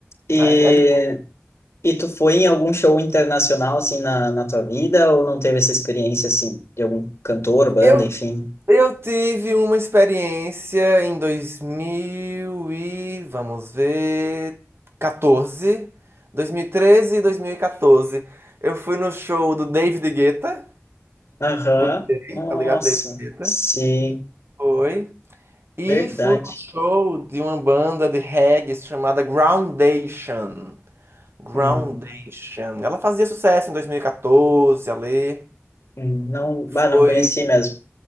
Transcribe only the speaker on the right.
É de-
Eu
Eu tive uma experiência em 2000 e vamos ver 14, 2013 e 2014. Eu fui no show do David Guetta,
o
tá ligado? David Guetta.
Foi. E
fui no show de uma banda de reggae chamada Groundation. Groundation.
Ela fazia sucesso em 2014 ali.
Foi,